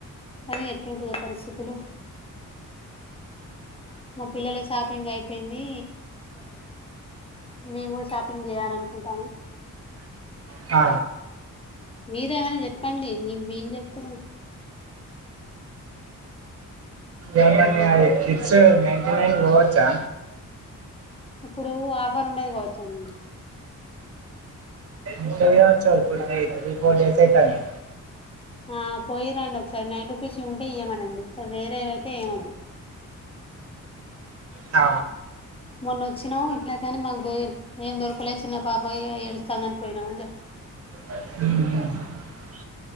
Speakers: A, on the left (about 20°); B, on the right (about 50°).
A: అది ఎట్టుంటయో పరిస్థితులు మా పిల్లల షాపింగ్ అయిపోయింది మేము కూడా షాపింగ్ చేయాలనుకుంటాము
B: అ
A: మీరేమైనా చెప్పండి న మీం చెప్తేనే
B: ఏమని అది ఫిర్చ నైన్టీ నైన్ పోవచ్చా
A: ఇప్పుడు ఆఫర్ ఉండేది కావచ్చ అండి
B: ఇంతయా చౌ ఈ త్రీ ఫోర్ డేసే కానీ
A: ఆ పోయిరండి ఒకసారి నైన్ రూపీస్ ఉంటే ఇయ్వమనండి వేరే అయితే ఏమొద్దు
B: అ
A: మొన్న వచ్చినావు ఇట్లా కాని మాకు ద ఏం దొరకలే చిన్న పాప ఏడుస్తాందని పోయినావు అని చెప్
B: హ్మ్